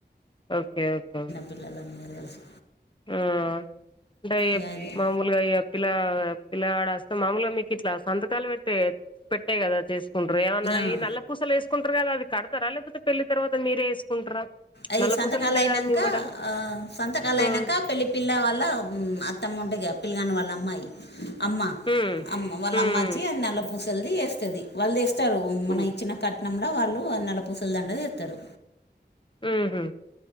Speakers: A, on the left; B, on the left.
A: ఓకే ఓకేే
B: పిల్లలు అందరు కలిసి
A: హ్మ్ చేయి అంట
B: ఇగ
A: మామూలు ఇగా పిల్ పిలగాడ వస్తే మాములుగా మీకు ఇట్లా సంతకాలు పెట్టే పెట్టే కదా చేసుకుండ్రి ఏవన్నా
B: ఆ
A: ఈ నల్ల పూసలు వేసుకుంటారు కదా అది కడతారా లేకపోతే పెళ్లి తర్వాత మీరే వేసుకుంటారా
B: అవి
A: నల్ల
B: సంతకాలు
A: పూసలు ఉంటాయి
B: అయినాంకా
A: కదా మీ మెడలో
B: ఆ సంతకాలు
A: హ్మ్
B: అయినాంకా పెళ్ళి పిల్ల వాళ్ళ అత్తమ్మ ఉంటుందిగా పిలగాని వాళ్ళ అమ్మాయి అమ్మ
A: హ్మ్
B: అమ్ వాళ్ళ
A: హ్మ్
B: అమ్మ వచ్చి నల్ల పూసలది వేస్తుంది వాళ్ళ తెస్తారు మన
A: హ్మ్
B: ఇచ్చిన కట్నంలో వాళ్ళు నల్లపూసల దండ తెస్తారు
A: మ్ ఉహు